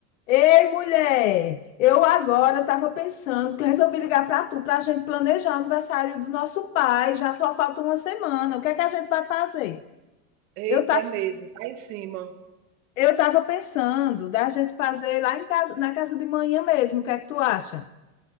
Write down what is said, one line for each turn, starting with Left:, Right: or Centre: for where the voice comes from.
Left: Ei, mulher, eu agora estava pensando que eu resolvi ligar para tu para a gente planejar o aniversário do nosso pai. Já só falta uma semana. O que é que a gente vai fazer?
Right: Eita,
Left: Eu tá,
Right: é mesmo, tá em cima.
Left: eu estava pensando da gente fazer lá em casa, na casa de manhã mesmo. O que é que tu acha?